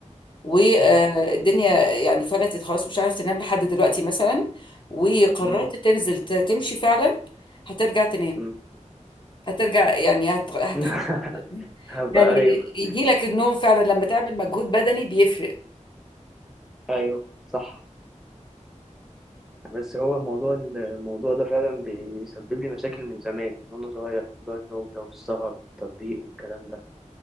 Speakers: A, on the left (about 40°); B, in the centre.
A: والدنيا
B: مم.
A: يعني فلتت خلاص مش عارف تنام لحد دلوقتي مثلا وقررت
B: مم.
A: تنزل ت- تمشي فعلا هترجع تنام
B: مم.
A: هترجع يعني هت... هتحقق
B: <laughs>
A: <laughs>
B: هبقى
A: يعني
B: ايوه
A: يجي لك النوم فعلا لما تعمل مجهود بدني بيفرق
B: ايوه صح بس هو الموضوع الموضوع ده فعلا بيسبب لي مشاكل من زمان من وانا صغير موضوع النوم ده والسهر والتطبيق والكلام ده